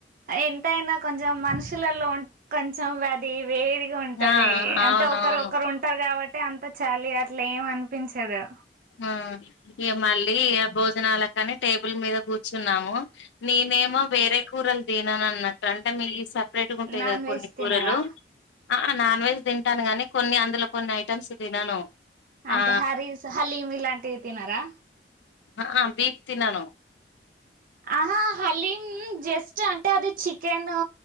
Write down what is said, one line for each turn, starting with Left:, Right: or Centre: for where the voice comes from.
Right: ఎంతైనా కొంచెం మనుషులలో ఉం కొంచెం అది వేడి ఉంటది
Left: ఆ అవునవును
Right: అంటే ఒకరు ఒకరు ఉంటారు కాబట్టి అంత చలి అట్లా ఏం అనిపించదు
Left: ఆ ఇగ మళ్ళీ ఆ భోజనాల కాని టేబుల్ మీద కూర్చున్నాము నేనేమో
Right: ఉమ్.
Left: వేరే కూరలు దినను అన్నట్టు అంటే మీ ఈ స ెట్టుగుంటాయి
Right: నాన్
Left: కదా
Right: వెజ్
Left: కొన్ని కూరలు
Right: తినరా
Left: ఆ నాన్ వెజ్ తింటాను గానీ కొన్ని అందులో కొన్ని ఐటెమ్స్ తినను
Right: అంటే
Left: ఆ
Right: హరీస్ హలీం ఇలాంటివి తినారా
Left: ఆ ఆ బీప్ తినను
Right: ఆహా హలీమ్ జస్ట్ అంటే అది చికెను